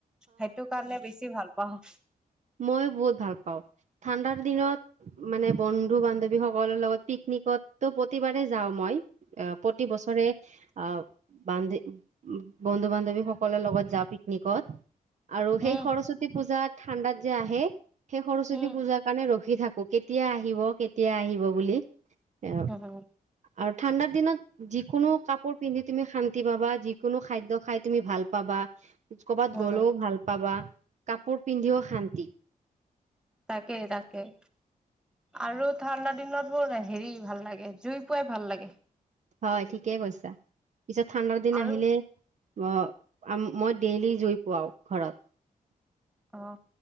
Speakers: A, in the centre; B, on the right.
A: সেইটো কাৰণে বেছি ভাল। পাওঁ
B: মইয়ো বহুত ভাল পাওঁ ঠাণ্ডাৰ দিনত মানে বন্ধু বান্ধৱী সকলৰ লগত পিকনিকতো প্ৰতিবাৰেই যাওঁ মই। আহ প্ৰতি বছৰে আহ। বান্ধী, বন্ধু বান্ধৱী সকলৰ লগত যা পিকনিকত। আৰু সেই
A: উম
B: সৰস্বতী পূজাত ঠাণ্ডাত যে আহে সেই সৰস্বতী
A: উম,
B: পূজাৰ কাৰণে ৰখি ৰখি থাকো, কেতিয়া আহিব কেতিয়া আহিব বুলি। এ
A: উম,
B: আৰু ঠাণ্ডাৰ দিনত যিকোনো কাপোৰ পিন্ধি তুমি শান্তি পাবা, যিকোনো খাদ্য খাই তুমি ভাল পাবা ক'বাত
A: উম,
B: গ'লেও ভাল পাবা কাপোৰ পিন্ধিও শান্তি
A: তাকেই তাকেই, আৰু ঠাণ্ডা দিনত মোৰ হেৰি ভাল লাগে, জুই পুৱাই ভাল লাগে।
B: হয় ঠিকে কৈছা। পিছত ঠাণ্ডাৰ দিন
A: আৰু
B: আহিলে অ' মই ডেইলী জুই পুৱাও, ঘৰত।
A: অ'